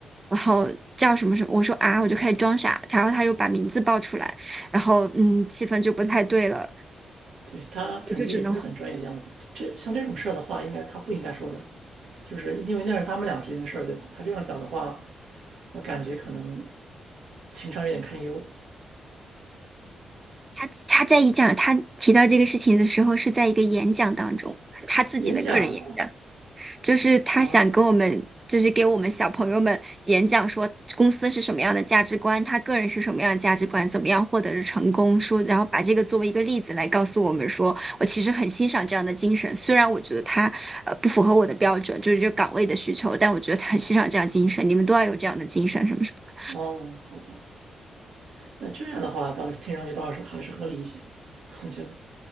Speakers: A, on the right; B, on the right.
A: 然后叫什么什么，我说啊，我就开始装傻，然后他又把名字报出来，然后嗯，气氛就不太对了，
B: 对，他感觉也不是很专业的样子。
A: 我就只能
B: 这像这种事儿的话，应该他不应该说的，就是因为那是他们俩之间的事儿，对吧？他这样讲的话，我感觉可能情商有点堪忧。
A: 他他在一讲他提到这个事情的时候，是在一个演讲当中，他自己的个人演讲，
B: 演讲
A: 就是他想跟我们，
B: 啊，
A: 就是给我们小朋友们演讲说公司是什么样的价值观，他个人是什么样的价值观，怎么样获得的成功，说然后把这个作为一个例子来告诉我们说，我其实很欣赏这样的精神，虽然我觉得他呃不符合我的标准，就是这个岗位的需求，但我觉得他很欣赏这样精神，你们都要有这样的精神，什么什么。
B: 哦，好吧。那这样的话，倒听上去倒是还是合理一些，我觉得。